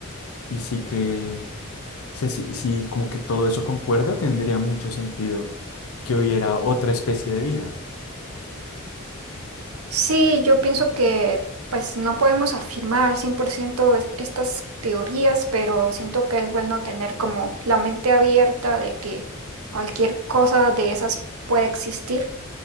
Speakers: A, on the left; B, on the right.
A: Y sí que, sí, sí, sí, como que todo eso concuerda, tendría mucho sentido que hubiera otra especie de vida.
B: Sí, yo pienso que pues no podemos afirmar al 100% est- estas teorías, pero siento que es bueno tener como la mente abierta de que cualquier cosa de esas puede existir